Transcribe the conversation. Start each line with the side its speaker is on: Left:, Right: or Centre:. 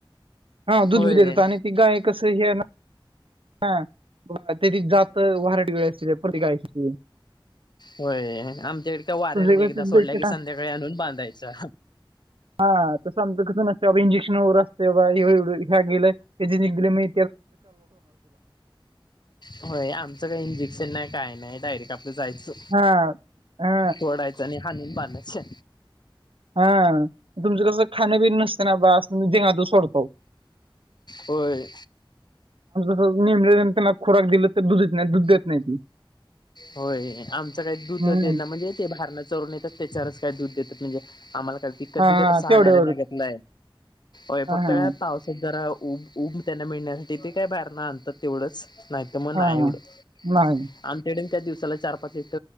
Right: हा दूध
Left: होय..
Right: बी देतात गाय कसं हे आहे ना हा ते ती जात वारट वेळी असते ते प्रतिकाशी
Left: होय आमच्याकड का वाऱ्या
Right: तुमच्याकडे
Left: एकदा सोडल्या की संध्याकाळी आणून बांधायचं
Right: हा तर समतं कसं नसते बाबा इंजेक्शन वगैरे असते बाव ह्या गेलंय हेे नि गेले माहि
Left: होय, आमचं काही इंजेक्शन नाही काय नाही डायरेक्ट जायचं
Right: हा हा
Left: फोडायचं आणि हाणून बांधायचं.
Right: हा तुमचं कसं खाणेपिणी नसते ना बा अस जेंगातून सोडतो.
Left: होय
Right: नेम त्यांना खोराक दिला तर दुधच नाही दूध देत नाही.
Left: होय आमचं काही दूध
Right: हम्म
Left: ना म्हणजे ते भारण चरून येतात त्याच्यावरच काय दूध देतात. म्हणजे आमला तिकत
Right: हा
Left: बिकतह
Right: हा तेवढ्यावरच
Left: लाग आहे
Right: हा
Left: फक्त
Right: हा
Left: काय पावसात जरा उ ऊब उब त्यांना मिळण्यासाठी ते काय बाहेरना आणतात तेवढंच. नाही तर मग नाही
Right: हा
Left: एवढं.
Right: हा. नाही
Left: आ... त्या दिवसाला चार पाच इट